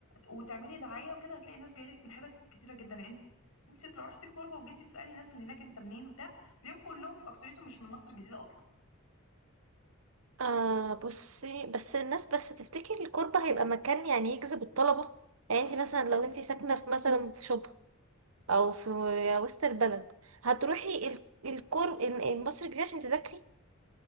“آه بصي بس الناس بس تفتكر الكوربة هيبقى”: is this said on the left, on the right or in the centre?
Right